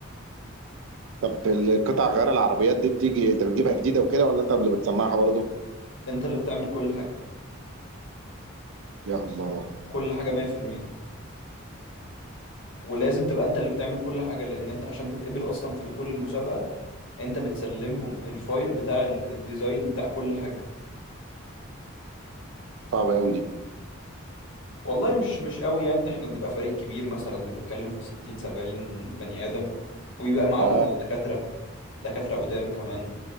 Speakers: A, on the right; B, on the left.
A: طب القطع غيار العربيات دي بتيجي انت بتجيبها جديده وكده ولا انت اللي بتصنعها برضه
B: انت اللي بتعمل كل حاجة
A: يا الله
B: كل حاجة مية في المية ولازم تبقى انت اللي بتعمل كل حاجة لان انت عشان تتقبل اصلا في دخول المسابقة انت بتسلمهم الفايل بتاع ال- الديزاين بتاع كل حاجة
A: صعبه قوي دي
B: والله مش مش قوي يعني احنا بنبقى فريق كبير مثلا بتتكلم في 60 70 بني آدم وبيبقى معانا
A: اه
B: د- دكاترة دكاترة قدام كمان